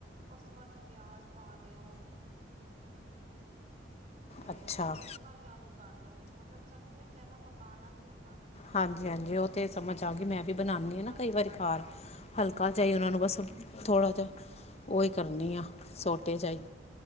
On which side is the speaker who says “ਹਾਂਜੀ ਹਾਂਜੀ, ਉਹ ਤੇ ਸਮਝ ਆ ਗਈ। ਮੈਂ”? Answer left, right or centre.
Left